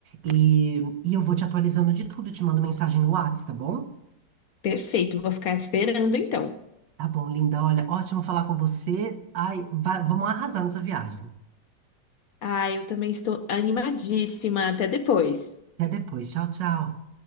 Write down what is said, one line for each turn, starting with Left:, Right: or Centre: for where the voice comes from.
Right: E, e eu vou te atualizando de tudo, te mando mensagem no Whats, tá bom?
Left: Perfeito, vou ficar esperando então.
Right: Tá bom, linda. Olha, ótimo falar com você. Ai, vai- vamos arrasar nessa viagem.
Left: Ah, eu também estou animadíssima. Até depois.
Right: Até depois. Tchau, tchau.